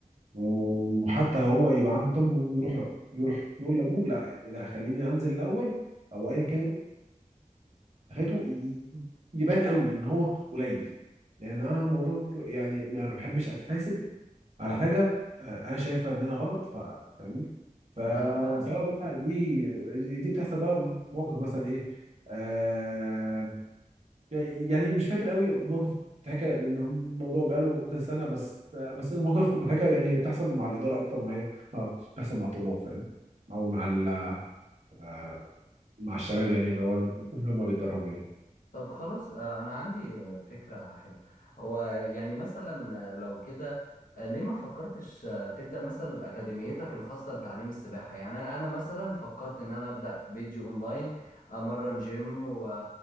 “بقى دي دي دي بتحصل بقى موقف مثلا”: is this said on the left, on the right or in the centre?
Right